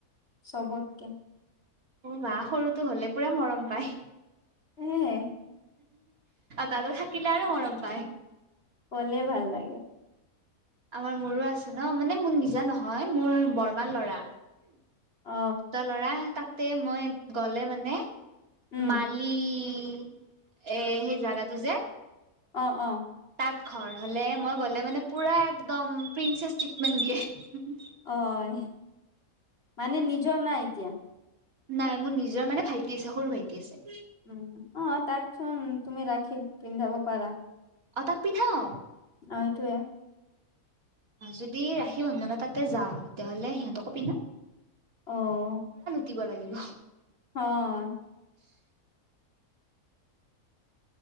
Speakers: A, on the left; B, on the right.
A: চবতকে
B: অ' মা, সৰুটো হ'লে পুৰা মৰম পায়।
A: উম।
B: দাদা থাকিলে আৰু মৰম পায়।
A: ক'লে ভাল লাগে।
B: আমাৰ মোৰো আছে ন, মানে মোৰ নিজৰ নহয়, মোৰ বৰমাৰ ল'ৰা।
A: অ
B: দুটা ল'ৰা তাতে মই গ'লে মানে
A: উম
B: মালি এই সেই জাগাতো যে
A: অ' অ'।
B: তাত ঘৰ হ'লে মই গ'লে মানে পুৰা একদম প্ৰিন্চেচ ট্ৰিটমেণ্ট দিয়ে।
A: অ', মানে নিজৰ নাই এতিয়া?
B: নাই, মোৰ নিজৰ মানে ভাইটি আছে, সৰু ভাইটি আছে।
A: উম অ তাকচোন তুমি ৰাখি পিন্ধাব পাৰা।
B: অ', তাক পিন্ধাও।
A: সেইটোৱে।
B: যদি ৰাখি বন্ধনত তাতে যাওঁ, তেতিয়াহ'লে সিহঁতকো পিন্ধাওঁ।
A: অ'।
B: দিব লাগিব।
A: অ'।
B: <unintelligible>